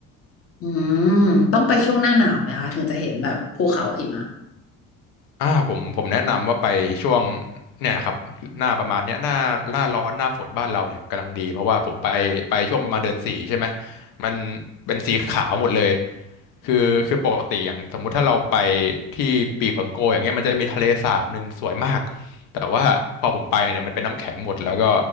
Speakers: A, on the left; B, on the left.
A: อืมต้องไปช่วงหน้าหนาวไหมคะถึงจะเห็นแบบภูเขาหิมะ
B: อ่าผมผมแนะนำว่าไปช่วงเนี่ยครับหน้าประมาณเนี้ยหน้าหน้าร้อนหน้าฝนบ้านเราเนี่ยกำลังดีเพราะว่าผมไปไปช่วงประมาณเดือนสี่ใช่ไหมมันเป็นสีขาวหมดเลยคือคือปกติอย่างสมมุติถ้าเราไปที่ปีผังโกอย่างเงี้ยมันจะมีทะเลสาบหนึ่งสวยมากแต่ว่าพอผมไปเนี่ยมันเป็นน้ำแข็งหมดแล้วก็